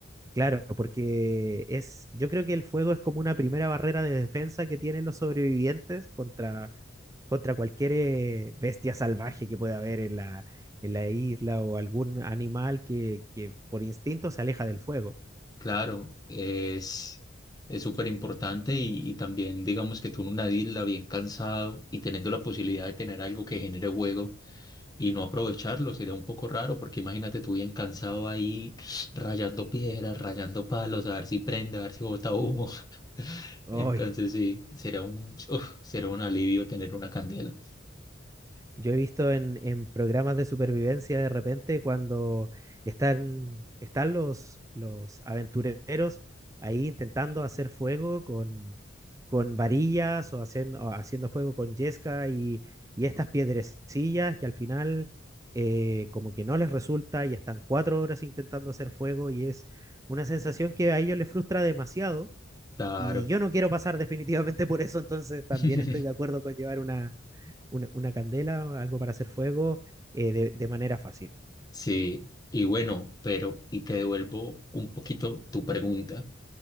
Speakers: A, on the right; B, on the left.
A: Claro, porque es, yo creo que el fuego es como una primera barrera de defensa que tienen los sobrevivientes contra, contra cualquier eh, bestia salvaje que pueda haber en la, en la isla o algún animal que, que por instinto se aleja del fuego.
B: Claro, es es súper importante y, y también digamos que tú en una isla bien cansado y teniendo la posibilidad de tener algo que genere juego y no aprovecharlo sería un poco raro porque imagínate tú bien cansado ahí <sniffs> rayando piedras, rayando palos, a ver si prende, a ver si bota humo. <laughs>
A: ¡Ay!
B: Entonces sí, será un, uf, será un alivio tener una candela.
A: Yo he visto en, en programas de supervivencia de repente cuando están, están los, los aventureros ahí intentando hacer fuego con, con varillas o haciendo, o haciendo fuego con yesca y, y estas piedrecillas y al final eh, como que no les resulta y están cuatro horas intentando hacer fuego y es una sensación que a ellos les frustra demasiado
B: Claro.
A: y yo no quiero pasar definitivamente por eso, entonces también
B: <laughs>
A: estoy de acuerdo con llevar una, una, una candela, algo para hacer fuego, eh, de, de manera fácil.
B: Sí, y bueno, pero, y te devuelvo un poquito tu pregunta.